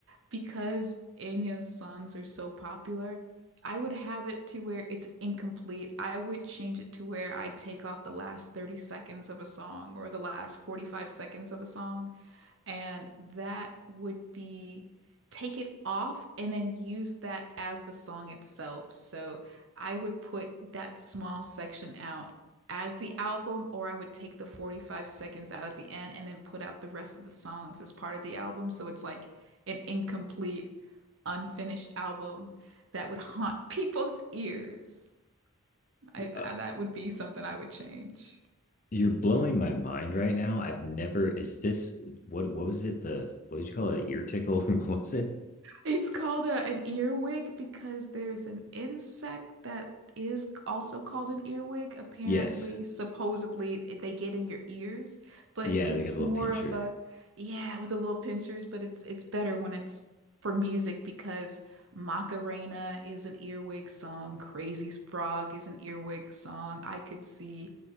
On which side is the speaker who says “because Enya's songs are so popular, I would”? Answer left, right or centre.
Right